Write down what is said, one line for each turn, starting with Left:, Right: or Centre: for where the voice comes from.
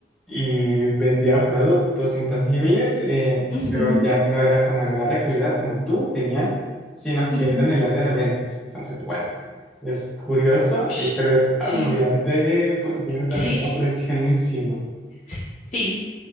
Centre: y vendía productos intangibles, eh,
Left: Ujú,
Centre: pero ya no era como en el área de calidad como tú, genial, sino
Left: ujú.
Centre: que era en el área de ventas. Entonces, bueno, es curioso,
Left: Ush.
Centre: eh, pero es agobiante
Left: Sí,
Centre: porque tienes
Left: sí,
Centre: alguna presión <laughs> encima.
Left: sí, sí,